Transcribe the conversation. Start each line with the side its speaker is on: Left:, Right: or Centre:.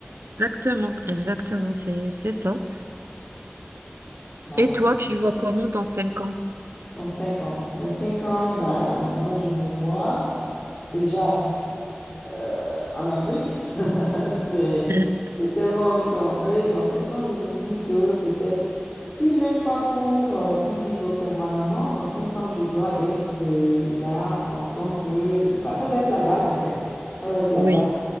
Right: exactement, exactement, c'est c'est ça.
Left: Bah,
Right: Et toi, tu te vois comment dans cinq ans?
Left: dans cinq ans. Dans cinq ans, bah, moi, je me vois déjà euh, en Afrique. <laughs> C'est,
Right: <laughs>
Left: j'ai tellement envie d'entrer. Dans cinq ans, je me dis que peut-être, si même pas pour euh, y vivre permanemment, dans cinq ans, je dois être euh, là en tant que... Bah, ça doit être la base, en fait. Ça doit être la
Right: Oui,